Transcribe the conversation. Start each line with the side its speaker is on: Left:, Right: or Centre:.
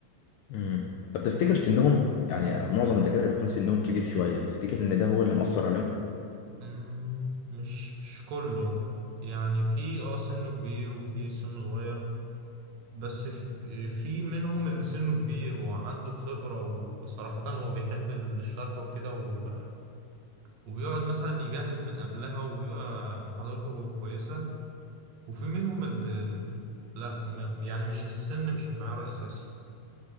Left: امم طب تفتكر سنهم يعني معظم الدكاترة بيكون سنهم كبير شوية تفتكر ان ده هو اللي مأثر عليهم
Right: مم، مش مش كله يعني في اه سنه كبير وفي سنه صغير بس في, في منهم اللي سنه كبير وعنده خبرة وصراحة هو بيحب الشرح وكده و- وبيقعد مثلا يجهز من قبلها وبيبقى محاضرته كويسة وفي منهم اللي لا م- يعني مش السن مش المعيار الأساسي